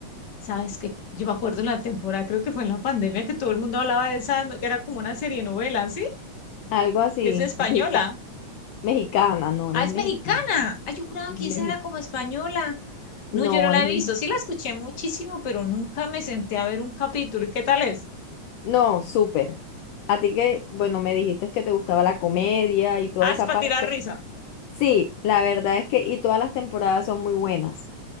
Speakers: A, on the left (about 40°); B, on the left (about 75°).
A: Sabes que yo me acuerdo en la temporada, creo que fue en la pandemia, que todo el mundo hablaba de esa, no- que era como una serie novela, ¿sí?
B: algo así,
A: Que es española.
B: mexica- mexicana, no es
A: Ah, es
B: mexicana,
A: mexicana. Ay, yo juraba
B: es
A: que
B: mexi-
A: esa era como española. No,
B: no
A: yo no la
B: es
A: he
B: mexi-
A: visto. Sí la escuché muchísimo, pero nunca me senté a ver un capítulo. ¿Y qué tal es?
B: no, súper. A ti que, bueno, me dijiste que te gustaba la comedia y toda
A: Ah,
B: esa
A: es para
B: parte.
A: tirar risa.
B: Sí, la verdad es que, y todas las temporadas son muy buenas.